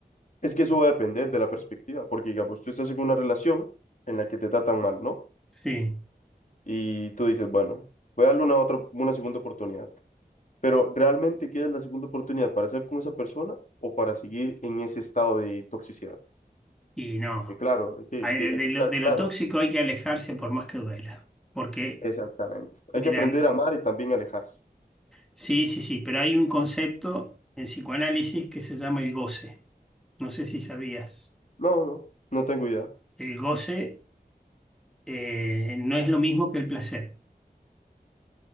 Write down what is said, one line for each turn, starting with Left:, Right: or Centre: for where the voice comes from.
Left: Es que eso va a depender de la perspectiva, porque digamos, tú estás en una relación en la que te tratan mal, ¿no?
Centre: Sí.
Left: Y tú dices, bueno, voy a darle una otra, una segunda oportunidad. Pero ¿realmente quieres la segunda oportunidad para estar con esa persona o para seguir en ese estado de toxicidad?
Centre: Y no,
Left: Porque claro, hay que,
Centre: hay-
Left: que- hay
Centre: de
Left: que estar
Centre: lo, de
Left: claros.
Centre: lo tóxico hay que alejarse por más que duela. Porque,
Left: Exactamente. Hay
Centre: miran,
Left: que aprender a amar y también alejarse.
Centre: Sí, sí, sí, pero hay un concepto en psicoanálisis que se llama el goce. No sé si sabías.
Left: No, no, no tengo idea.
Centre: El goce eh, no es lo mismo que el placer.